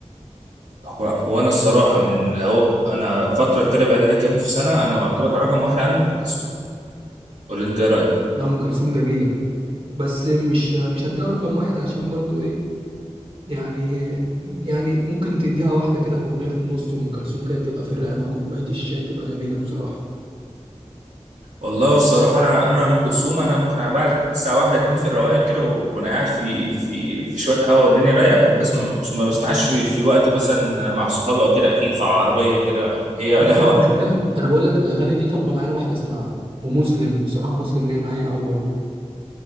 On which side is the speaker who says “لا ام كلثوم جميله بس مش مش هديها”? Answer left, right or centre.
Right